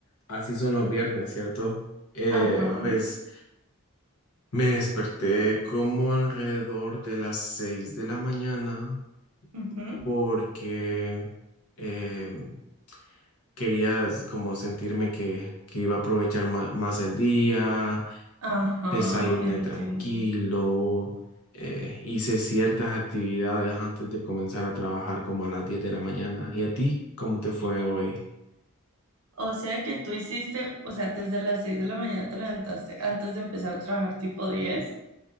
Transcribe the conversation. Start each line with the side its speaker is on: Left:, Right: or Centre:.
Left: así son los viernes, ¿cierto? Eh,
Right: Ajá,
Left: pues me desperté como alrededor de las seis de la mañana
Right: ujú,
Left: porque eh, quería como sentirme que, que iba a aprovechar ma- más el día.
Right: ajá,
Left: desayuné
Right: entiendo.
Left: tranquilo, eh, hice ciertas actividades antes de comenzar a trabajar como a las 10 de la mañana. ¿Y a ti? ¿Cómo te fue hoy?
Right: O sea que tú hiciste, o sea, desde las 6 de la mañana te levantaste antes de empezar a trabajar tipo 10.